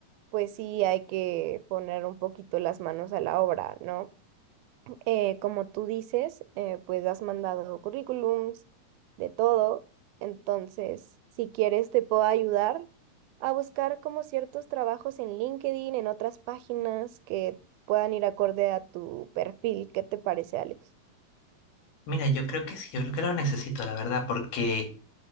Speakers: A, on the right (about 80°); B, on the left (about 85°).
A: pues sí hay que poner un poquito las manos a la obra, ¿no? Eh, como tú dices, eh, pues has mandado currículums de todo, entonces si quieres te puedo ayudar a buscar como ciertos trabajos en LinkedIn, en otras páginas que puedan ir acorde a tu perfil. ¿Qué te parece, Alex?
B: Mira, yo creo que sí, yo creo que lo necesito, la verdad, porque